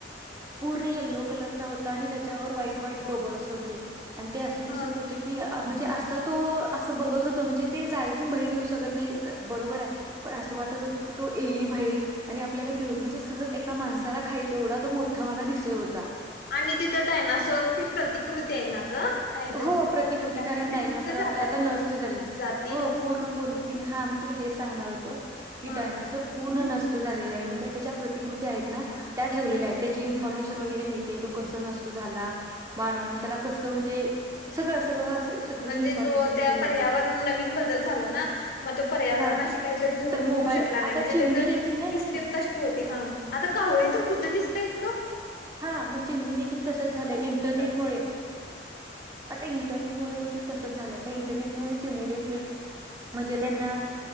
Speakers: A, on the right; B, on the left.
A: पूर्ण येल्लो कलरचा होता आणि त्याच्यावर व्हाईट व्हाईट बबल्स होते. आणि ते असं दिसत
B: ह
A: होतं की. म्हणजे असं तो असं बघत होत म्हणजे ते जाळीतून बाहेर येऊ शकत नाही बरोबर आहे. पण असं वाटत होत की तू येईल बाहीर. आणि आपल्याला गिळून म्हणजे सहज एका माणसाला खाईल एवढा तो मोठा मला दिसत होता.
B: आणि तिथं डायनासोरची प्रतिकृती आहे ना ग काहीतरी
A: हो
B: म्हणजे
A: प्रतिकृती कारण
B: आता ते
A: डायनॉसॉर
B: लुप्त झाल्यात
A: आपले आता नष्ट झाले.
B: जाती.
A: हो पूर्ण पूर्ण मी हां मी तुला हे सांगणार होत
B: हा
A: डायनासोर पूर्ण नष्ट नष्ट झालेले आहे मग त्याच्या ज्या प्रतिकृती आहेत ना. त्या ठेवल्या
B: हा.
A: आहेत त्याची इन्फॉर्मेशन. वगैरे मिळते तो कस नष्ट झाला. मानवा आणि त्याला कस. म्हणजे सगळं-सगळं अस सगळी
B: म्हणजे
A: इन्फॉर्मेशन
B: तो त्या
A: तिथे मिळते
B: पर्यावरण नवीन बदल झाला ना. मग तो पर्यावरणाशी
A: हा
B: काही काहीतरी जुळवून
A: तर मोबाईल
B: घेऊ शकला नाही.
A: आता
B: म्हणजे
A: चिमणी
B: त्याचे
A: देखील नाही
B: तस
A: नाही
B: स्टीम तशी होती. आता कावळे तर कुठ. दिसतायत का.
A: हा मग चिमणी देखील तसच झालंय
B: नाहीत
A: इंटरनेटमुळे.
B: आता.
A: आता इंटरनेटमुळे देखील तसच झालंय. इंटरनेट मुळे चिमणी देखील म्हणजे त्यांना,